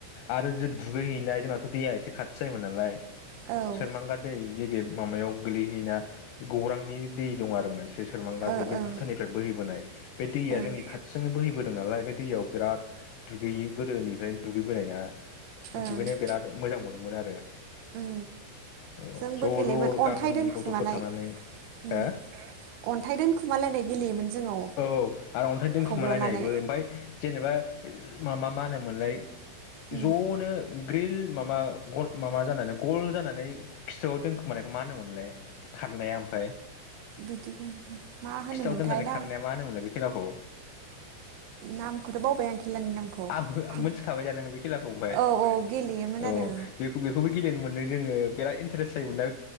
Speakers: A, on the left (about 80°); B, on the right (about 75°).
A: आरो जो दुगैहैनाय जोंनाथ दैया एसे खाथि जायोमोन नालाय
B: औ ओ
A: सोरमांगा दै जे बे माबायाव गोलैहैना गौरांनि दै दं आरो मोन सोरमांगा
B: ओं
A: दै बे भुटाननिफ्राय बोहैबोनाय बे दैया
B: ओं
A: जोंनि खाथिजोंनो बोहैबो नालाय बे दैयाव बिराद दुगैयो गोदोनिफ्रायनो दुगैबोनायना।
B: ओं
A: दुगैनायाव बिराद मोजां मोनोमोन आरो
B: उम
A: औ
B: जोंबो
A: ज'-ज'
B: गेलेयोमोन अन्थाइ
A: गामिनि
B: दोनखुमानाय
A: गथ'फोर थांनानै
B: उम
A: हो
B: अन्थाइ दोनखुमालायनाय गेलेयोमोन जोङो
A: औ आरो अन्थाइ दोनखुमालायनायबो
B: थब्ल'नानै
A: ओमफाय जेनेबा मा-मा-मा होनोमोनलाय
B: उम
A: ज'नो ग्रिल माबा माबा जानानै गल जानानै खिथुआव दोनखोमानायखौ मा होनोमोनलाय खारनाया ओमफ्राय
B: बिदिखौ मा होनोमोनथाय
A: खिथाव दोननानै
B: दा
A: खारनाया मा होनोमोनलाय बे खेलाखौ
B: नामखौथ' बावबाय आं खेलानि नामखौ
A: आंबो
B: खिन
A: मोनथिखाबाय दा नोङो बे खेलाखौ ओमफ्राय
B: औ औ गेलेयोमोन
A: औ
B: आरो
A: बेखौ-बेखौबो गेलेनो मोन जोंङो बिराद इन्टारेस्ट जायोमोनलां